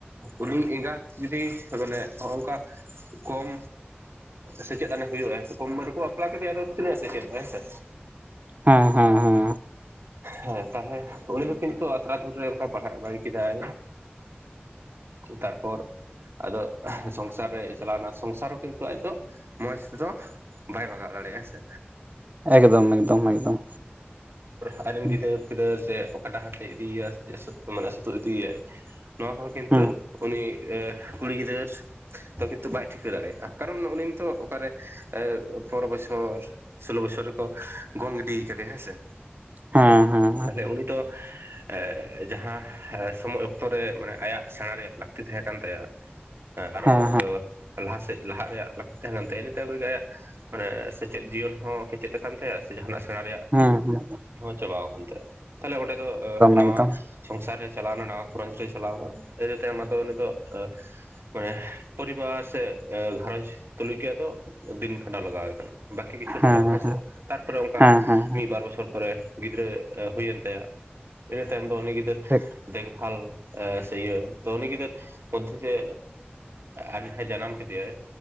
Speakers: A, on the right; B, on the right.
A: ᱩᱱᱤ ᱮᱸᱜᱟᱛ ᱡᱩᱫᱤ ᱢᱟᱱᱮ ᱱᱚᱜ-ᱚᱝᱠᱟ ᱠᱚᱢ ᱥᱮᱪᱮᱫ ᱟᱱ ᱦᱩᱭᱩᱜ-ᱟ ᱦᱮᱸᱥᱮ ᱠᱚᱢ ᱩᱢᱮᱨ ᱨᱮᱠᱚ ᱵᱟᱯᱞᱟ ᱠᱮᱫᱮᱭᱟ ᱟᱫᱚ ᱛᱤᱱᱟᱹᱜ ᱮ ᱥᱮᱪᱮᱫᱚᱜ-ᱟ ᱦᱮᱸᱥᱮ᱾
B: ᱦᱮᱸ ᱦᱮᱸ ᱦᱮᱸ
A: ᱦᱚᱸ ᱛᱟᱦᱚᱞᱮ ᱩᱱᱤ ᱫᱚ ᱠᱤᱱᱛᱩ ᱟᱛᱨᱟ ᱫᱷᱩᱨ ᱨᱮ ᱚᱱᱠᱟ ᱯᱟᱲᱦᱟᱜ ᱮ ᱵᱟᱹᱜᱤ ᱠᱮᱫᱟᱭ᱾ ᱛᱟᱨᱯᱚᱨ ᱟᱫᱚ ᱥᱚᱝᱥᱟᱨ ᱨᱮ ᱪᱟᱞᱟᱣᱱᱟ ᱥᱚᱝᱥᱟᱨ ᱦᱚᱸ ᱠᱤᱱᱛᱩ ᱟᱡ ᱛᱚ ᱢᱚᱡᱽ ᱛᱮᱫᱚ ᱵᱟᱭ ᱵᱟᱜᱟᱣ ᱫᱟᱲᱮᱭᱟᱜ-ᱟ ᱦᱮᱸᱥᱮ᱾
B: ᱮᱠᱫᱚᱢ ᱮᱠᱫᱚᱢ ᱮᱠᱫᱚᱢ᱾
A: ᱟᱡᱨᱮ ᱨᱮᱱ
B: ᱦᱮᱸ
A: ᱜᱤᱫᱟᱹᱨ-ᱯᱤᱫᱟᱹᱨ ᱡᱮ ᱚᱠᱟ ᱰᱟᱦᱟᱨ ᱛᱮᱭ ᱤᱫᱤᱭ ᱮᱭᱟ ᱥᱮ ᱢᱟᱱᱮ ᱥᱩᱛᱩᱜ ᱤᱫᱤᱭᱟᱭ᱾ ᱱᱚᱣᱟ ᱠᱚᱦᱚᱸ ᱠᱤᱱᱛᱩ
B: ᱦᱮᱸ
A: ᱩᱱᱤ ᱠᱩᱲᱤ ᱜᱤᱫᱟᱹᱨ ᱛᱚ ᱠᱤᱱᱛᱩ ᱵᱟᱭ ᱴᱷᱤᱠᱟᱹ ᱫᱟᱲᱮᱭᱟᱜ-ᱟ᱾ ᱠᱟᱨᱚᱱ ᱩᱱᱤ ᱱᱤᱛᱚᱜ ᱚᱠᱟᱨᱮ ᱯᱚᱨᱮᱨ ᱵᱚᱪᱷᱚᱨ ᱥᱳᱞᱳ ᱵᱚᱪᱷᱚᱨ ᱨᱮ ᱠᱚ ᱜᱚᱝ ᱤᱫᱤ ᱠᱟᱫᱮᱭᱟ ᱦᱮᱸ ᱥᱮ᱾
B: ᱦᱮᱸ ᱦᱮᱸ
A: ᱛᱟᱦᱚᱞᱮ ᱩᱱᱤ ᱛᱚ ᱮᱸ ᱡᱟᱦᱟᱸ ᱥᱳᱢᱳᱭ ᱚᱠᱛᱚ ᱨᱮ ᱢᱟᱱᱮ ᱟᱭᱟᱜ ᱥᱮᱬᱟ ᱨᱮᱭᱟᱜ ᱞᱟᱹᱠᱛᱤ ᱛᱟᱦᱮᱸ ᱠᱟᱱ ᱛᱟᱭᱟ ᱮᱸ ᱟᱨᱚ
B: ᱦᱮᱸ
A: ᱞᱟᱦᱟ ᱥᱮᱫ ᱞᱟᱦᱟᱜ ᱨᱮᱭᱟᱜ ᱞᱟᱹᱠᱛᱤ ᱛᱟᱦᱮᱸ ᱠᱟᱱ ᱛᱟᱭᱟ ᱤᱱᱟᱹ ᱛᱟᱭᱚᱢ ᱨᱮᱜᱮ ᱟᱭᱟᱜ ᱢᱟᱱᱮ ᱥᱮᱪᱮᱫ ᱡᱤᱭᱚᱱ ᱦᱚᱸ ᱠᱮᱪᱮᱫ ᱟᱠᱟᱱ ᱛᱟᱭᱟ, ᱥᱮ ᱡᱟᱦᱟᱱᱟᱜ ᱥᱮᱬᱟ ᱨᱮᱭᱟᱜ
B: ᱦᱩᱸ ᱦᱩᱸ
A: ᱪᱟᱵᱟᱣᱟᱠᱟᱱ ᱛᱟᱭᱟ ᱛᱟᱞᱦᱮ ᱚᱸᱰᱮ ᱫᱚ ᱱᱟᱣᱟ
B: ᱮᱠᱫᱚᱢ
A: ᱥᱚᱝᱥᱟᱨ ᱨᱮ ᱪᱟᱞᱟᱣᱱᱟ <unintelligible> ᱪᱟᱞᱟᱣᱱᱟ ᱤᱱᱟᱹ ᱛᱟᱭᱚᱢ ᱟᱫᱚ ᱩᱱᱤ ᱫᱚ ᱢᱟᱱᱮ ᱯᱚᱨᱤᱵᱟᱨ ᱥᱮ ᱮᱸ ᱜᱷᱟᱨᱚᱸᱡᱽ <unintelligible> ᱫᱚ ᱫᱤᱱ ᱠᱷᱟᱸᱰᱟᱣ ᱞᱟᱜᱟᱣᱮ ᱠᱟᱱᱟ ᱵᱟᱠᱤ ᱠᱤᱪᱷᱩ ᱫᱚ
B: ᱦᱮᱸ
A: ᱵᱟᱝ ᱦᱮᱸᱥᱮ
B: ᱦᱮᱸ
A: ᱛᱟᱨᱯᱚᱨᱮ ᱚᱝᱠᱟ
B: ᱦᱮᱸ ᱦᱮᱸ
A: ᱢᱤᱫ ᱵᱟᱨ ᱵᱚᱪᱷᱚᱨ ᱯᱚᱨᱮ ᱜᱤᱫᱽᱨᱟᱹ ᱦᱩᱭᱮᱱ ᱛᱟᱭᱟ ᱤᱱᱟᱹ ᱛᱟᱭᱚᱢ ᱫᱚ ᱩᱱᱤ ᱜᱤᱫᱟᱹᱨ
B: ᱴᱷᱤᱠ
A: ᱫᱮᱠ ᱵᱷᱟᱞ ᱥᱮ ᱤᱭᱟᱹ ᱛᱚ ᱩᱱᱤ ᱜᱤᱫᱟᱹᱨ ᱢᱚᱫᱫᱷ ᱡᱮ ᱟᱡ ᱡᱟᱦᱟᱸᱭ ᱡᱟᱱᱟᱢ ᱠᱮᱫᱮᱭᱟᱭ